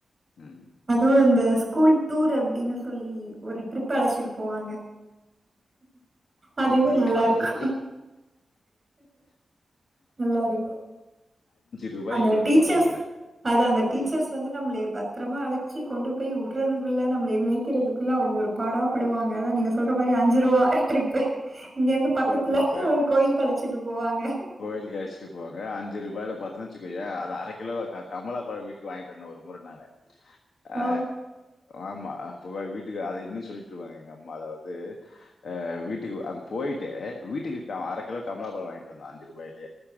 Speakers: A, on the left; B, on the right.
A: ம்.
B: அதுவு இந்த ஸ்கூல் டூர் அப்டின் சொல்லி ஒரு ட்ரிப்பு அழச்சுட்டு போவாங்க அது இன்னு
A: பெரிய
B: நல்லாருக்கு
A: காமெடி.
B: நல்லாருக்கு
A: ரூ.
B: அந்த
A: கொண்டு
B: டீச்சர்ஸ்
A: போனேன் நானு.
B: அதா அந்த டீச்சர்ஸ்
A: ரூ.
B: வந்து நம்மளிய பத் த்ரமா அழச்சு கொண்டு போய் உடுறதுக்குள்ள நம்மளயே மேய்கிறதுக்குள்ள அவுங்க ஒரு பாடா படுவாங்க அதா நீங்கஸ் சொல்ற மாரி அஞ்சுருவா ட்ரிப்பு இங்க இருந்து பக்கத்துல
A: ட்ரிப்.
B: ஒரு கோயிலுக் அழச்சுட்டு போவாங்க
A: கோயிலுக்கு அழஸ்ட்டு போங்க அஞ்சு ரூபாயல பாத்தனு வச்க்கேயே அது அரை கிலோ க கமலாப வீ வாங்கிட்டு வந்த ஒரு முற நான்னு ஆ
B: ஓ
A: ஆமா அப்போ வீட்டுக்கு அத இன்னு சொல்லிட்ருபாங்க எங்க அம்மா அத வந்து அ வீட்டுக்கு அங் போயிட்டு வீட்டுக்கு அரை கிலோ கமலா பழம் வாங்கிட்டு வந்தோ அஞ்சு ரூபாக்கி